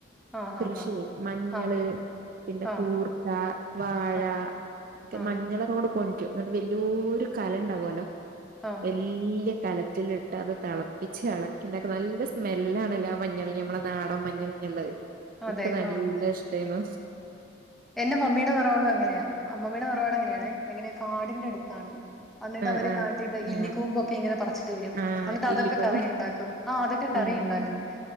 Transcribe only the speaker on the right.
കൃഷിയേ
മഞ്ഞള്
ന
കൂർക്ക വാഴ
മഞ്ഞ <unintelligible> <unintelligible> ന്ന്ട്ട് വല്യോരു കലംണ്ടാവും
വല്യ കലത്തില്ട്ട് അത് തെളപ്പിച്ചെളക്കി നല്ല സ്മെല്ലാണയ്ല് ആ മഞ്ഞളിന് നമ്മടെ നാടൻ മഞ്ഞളിന്ള്ളത്
ക്ക് നല്ലയിഷ്ടേനു
ആ ആ
ആ
ആ
ഇല്ലിക്കൊമ്പ്
ഉം